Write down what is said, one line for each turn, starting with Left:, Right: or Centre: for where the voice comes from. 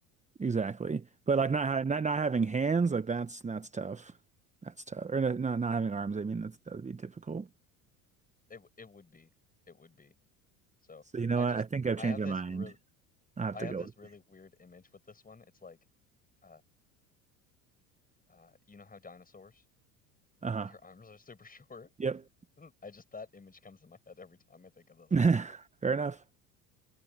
Right: exactly. But like not ha not not having hands, like that's that's tough. That's tough. Or
Left: Y-
Right: not not not having arms. I mean, that's that would be difficult.
Left: It w- it would be. It would be. So
Right: So you know
Left: I
Right: what?
Left: just
Right: I think I've
Left: I
Right: changed
Left: have
Right: my
Left: this
Right: mind.
Left: really
Right: I have
Left: I
Right: to
Left: have
Right: go
Left: this
Right: with.
Left: really weird image with this one. It's like, uh, uh, you know how dinosaurs,
Right: Uh-huh.
Left: like their arms are super short.
Right: Yep.
Left: <laughs> I just that image comes in my head every time I think of this
Right: <laughs>
Left: one.
Right: Fair enough.